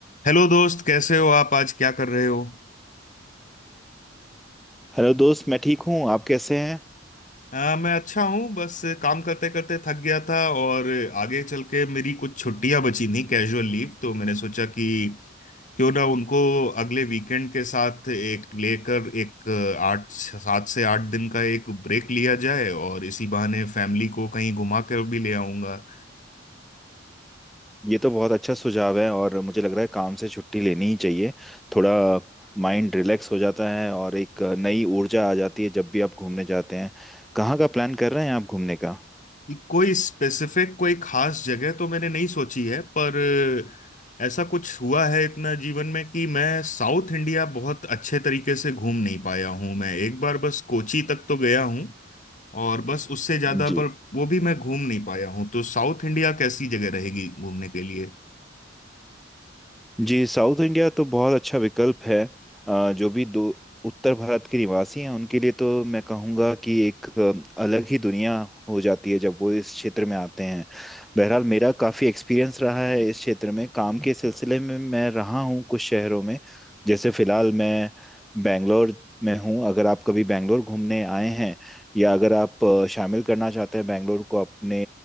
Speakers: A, on the left; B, in the centre.
A: Hello दोस्त कैसे हो आप आज क्या कर रहे हो
B: Hello दोस्त मैं ठीक हूँ आप कैसे हैं
A: आ, मैं अच्छा हूँ बस काम करते करते थक गया था और आगे चल के मेरी कुछ छुट्टियां बची थी कैजुअल लीव तो मैंने सोचा कि क्यों ना उनको अगले वीकेंड के साथ एक लेकर एक आठ सात से आठ दिन का एक ब्रेक लिया जाए और इसी बहाने फैमिली को कहीं घुमा कर भी ले आऊंगा
B: ये तो बहुत अच्छा सुझाव है और मुझे लग रहा है काम से छुट्टी लेनी ही चाहिए थोड़ा माइंड रिलैक्स हो जाता है और एक नई ऊर्जा आ जाती है जब भी आप घूमने जाते हैं कहाँ का प्लान कर रहे हैं आप घूमने का
A: कोई स्पेसिफिक कोई खास जगह तो मैंने नहीं सोची है पर अ, ऐसा कुछ हुआ है इतना जीवन में कि मैं साउथ इंडिया बहुत अच्छे तरीके से घूम नहीं पाया हूँ मैं एक बार बस कोची तक तो गया हूँ और बस उससे ज्यादा
B: जी
A: पर वो भी मैं घूम नहीं पाया हूँ तो साउथ इंडिया कैसी जगह रहेगी घूमने के लिए
B: जी साउथ इंडिया तो बहुत अच्छा विकल्प है अ, जो भी दो उत्तर भारत के निवासी हैं उनके लिए तो मैं कहूँगा कि एक अ, अलग ही दुनिया हो जाती है जब वो इस क्षेत्र में आते हैं बहरहाल मेरा काफ़ी एक्सपीरियंस रहा है इस क्षेत्र में काम के सिलसिले में मैं रहा हूँ कुछ शहरों में जैसे फ़िलहाल मैं बैंगलोर में हूँ अगर आप कभी बैंगलोर घूमने आए हैं या अगर आप अ, शामिल करना चाहते हैं बैंगलोर को अपने